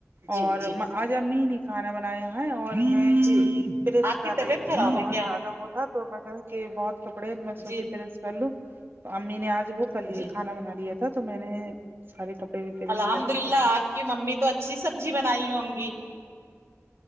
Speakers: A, on the right; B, on the right.
A: جی
B: اور
A: جی
B: آج امی نے کھانا بنایا ہے اور میں
A: جی
B: پریش
A: آپ
B: کر
A: کی طبیعت
B: رہی تھی
A: خراب
B: بہت
A: ہے کیا
B: زیادہ وہ ہاں تو میں کہا کی بہت کپڑے ہیں میں سوچی
A: جی
B: پیرس کر لوں تو امی نے آج وہ کر لیے
A: جی
B: کھانا بنا لیا تھا تو میں نے سارے کپڑے بھی پیرس
A: الحمد
B: کر
A: للہ
B: دیے تھے
A: آپ کی ممی تو اچھی سبزی بنائی ہوں گی